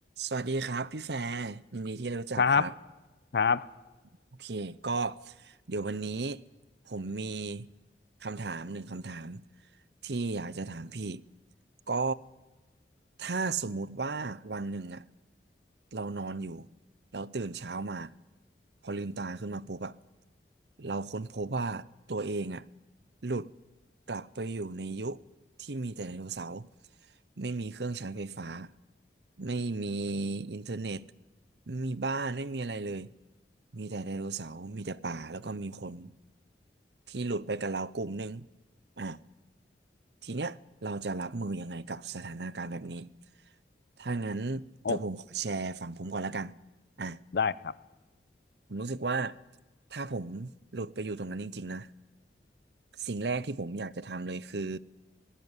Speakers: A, on the right; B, on the left.
A: สวัสดีครับพี่แฟร์ยินดีที่ได้รู้จักครับ
B: ครับครับ
A: โอเคก็เดี๋ยววันนี้ผมมีคำถามหนึ่งคำถามที่อยากจะถามพี่ก็ถ้าสมมุติว่าวันหนึ่งอะเรานอนอยู่เราตื่นเช้ามาพอลืมตาขึ้นมาปุ๊บอะเราค้นพบว่าตัวเองอะหลุดกลับไปอยู่ในยุคที่มีแต่ไดโนเสาร์ไม่มีเครื่องใช้ไฟฟ้าไม่มีอินเทอร์เน็ต มีบ้านไม่มีอะไรเลย มีแต่ไดโนเสาร์มีแต่ป่าแล้วก็มีคนที่หลุดไปกับเรากลุ่มหนึงอ่ะ ทีเนี้ยเราจะรับมือยังไงกับสถานการณ์แบบนี้ ถ้างั้นเดี๋ยวผมขอแชร์ฝั่งผมก่อนแล้วกัน
B: โอ้
A: อ่ะ
B: ได้ครับ
A: ผมรู้สึกว่าถ้าผมหลุดไปอยู่ตรงนั้นจริงๆนะ สิ่งแรกที่ผมอยากจะทำเลยคือ